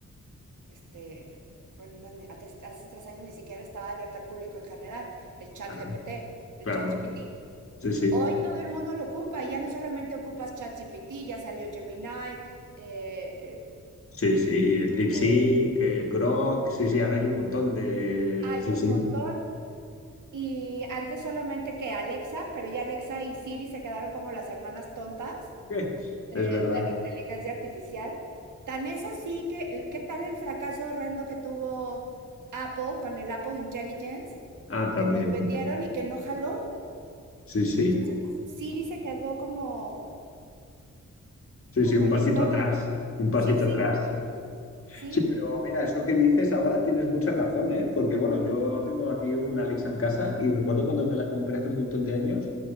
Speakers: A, on the right; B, on the left.
A: este, bueno, más, hace hace 3 años ni siquiera estaba abierto al público en general, el
B: Claro,
A: chat GPT, el
B: claro.
A: chat GPT.
B: Sí, sí.
A: Hoy todo el mundo lo ocupa, ya no solamente ocupas ChatGPT, ya salió Gemini, eh,
B: Sí, sí. El DeepSeek,
A: eh,
B: el Grok. Sí, sí. Ahora hay un montón de.
A: hay
B: Sí,
A: un
B: sí.
A: montón. Y antes solamente que Alexa, pero ya Alexa y Siri se quedaron como las hermanas tontas
B: <laughs>
A: de,
B: Es verdad.
A: de la inteligencia artificial. Tan es así que, ¿qué tal el fracaso horrendo que tuvo Apple con el Apple Intelligence?
B: Ah, también.
A: Que nos vendieron y que no jaló.
B: Sí, sí.
A: Y entonces Siri se quedó como,
B: Sí,
A: como
B: sí. Un
A: letona.
B: pasito atrás. Un pasito
A: Sí, sí,
B: atrás.
A: sí.
B: Sí, pero mira, eso que dices ahora tienes mucha razón, ¿eh? Porque bueno, yo tengo aquí una Alexa en casa y recuerdo cuando me la compré hace un montón de años,